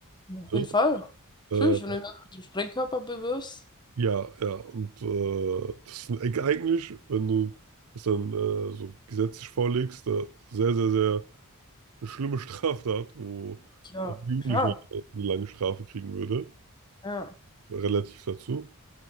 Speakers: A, on the left; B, on the right.
A: ja, auf
B: Ne?
A: jeden Fall.
B: Äh,
A: Natürlich, wenn du jemanden mit dem Sprengkörper bewirbst.
B: ja, ja, und äh, das ist eigentlich, wenn du das dann äh, so gesetzlich vorlegst, äh, sehr, sehr, sehr eine schlimme Straftat, wo
A: Ja,
B: auch ein Jugendlicher
A: klar.
B: eine lange Strafe kriegen würde,
A: Ja.
B: relativ dazu.